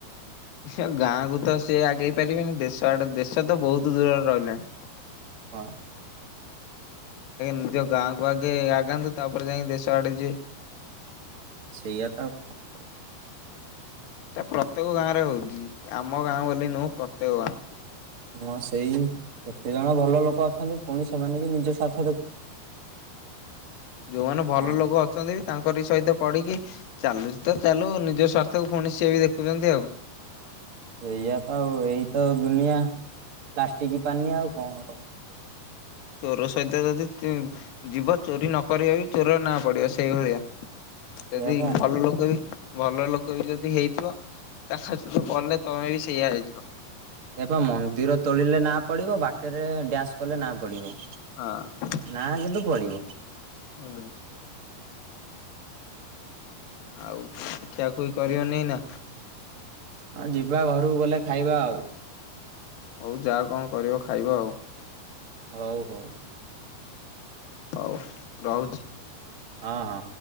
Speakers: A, on the left (about 70°); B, on the right (about 60°).
A: ସେ ଗାଁକୁ ତ ସିଏ ଆଗେଇ ପାରିବେନି ଦେଶ ଆଡ଼ ଦେଶ ତ ବହୁତ ଦୂରରେ ରହିଲାଣି।
B: ହଁ।
A: ନିଜ ଗାଁକୁ ଆଗେ ଆଗାନ୍ତୁ ତାପରେ ଯାଇକ ଦେଶ ଆଡ଼େ ଯି
B: ସେଇଆ ତ। କହିବି।
A: ଏଇଟା ପ୍ରତ୍ୟେକ ଗାଁ ରେ ହଉଛି ଆମ ଗାଁ ବୋଲି ନୁହଁ ପ୍ରତ୍ୟେକ ଗାଁ।
B: ହଁ ସେଇ କେତେ ଜଣ ଭଲ ଲୋକ ଅଛନ୍ତି ପୁଣି ସେମାନେ ବି ନିଜ ସାର୍ଥ ଦେଖୁ
A: ଯୋଉମାନେ ଭଲ
B: ହଁ
A: ଲୋକ ଅଛନ୍ତି ବି ତାଙ୍କରି ସହିତ ପଡ଼ିକି ଚାଲୁଛି ତ ଚାଲୁ ନିଜ ସ୍ୱାର୍ଥକୁ ପୁଣି ସିଏ ବି ଦେଖୁଛନ୍ତି ଆଉ।
B: ଏଇଆ ତ ଆଉ ଏଇତ ଦୁନିଆ ପ୍ଲାଷ୍ଟିକ ପାନି ଆଉ କଣ କର
A: ଚୋର ସହିତ ଯଦି ଯିବ ଚୋରି ନକରି ବି ଚୋର ନା ପଡ଼ିବ ସେଇଭଳିଆ। ଯଦି
B: ସେଇଆ ପା
A: ଭଲ ଲୋକ ବି ଭଲ ଲୋକ ବି ଯଦି ହେଇଥିବ ତା ସହିତ କଲେ ତମେ ବି ସେଇଆ ହେଇଯିବ।
B: ସେ ପା ମନ୍ଦିର ତୋଳିଲେ ନା ପଡ଼ିବ ବାଟରେ ଡ୍ୟାସ୍ କଲେ ନା ପଡ଼ିବ।
A: ହଁ <unintelligible>
B: ନା କିନ୍ତୁ ପଡ଼ିବ।
A: ହୁଁ। ଆଉ ଖିଆଖୁଇ କରିବନି ନା।
B: ହଁ ଯିବା ଘରକୁ ଗଲେ ଖାଇବା ଆଉ।
A: ହଉ ଯାହା କଣ କରିବ ଖାଇବ ଆଉ।
B: ହଉ ହଉ।
A: ହଉ ରହୁଛି।
B: ହଁ ହଁ।